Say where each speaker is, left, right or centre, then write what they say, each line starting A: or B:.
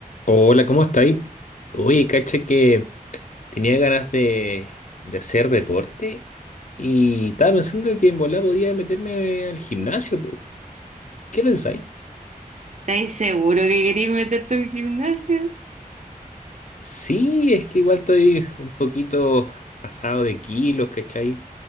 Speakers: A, on the left (about 55°); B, on the right (about 55°).
A: Hola, ¿cómo estáis? Oye, cacha que tenía ganas de, de hacer deporte y estaba pensando que en volá podía meterme al gimnasio, po. ¿Qué pensáis?
B: ¿Estáis seguro que queréis meterte a un gimnasio?
A: Sí, es que igual estoy un poquito pasado de kilos, ¿cachai?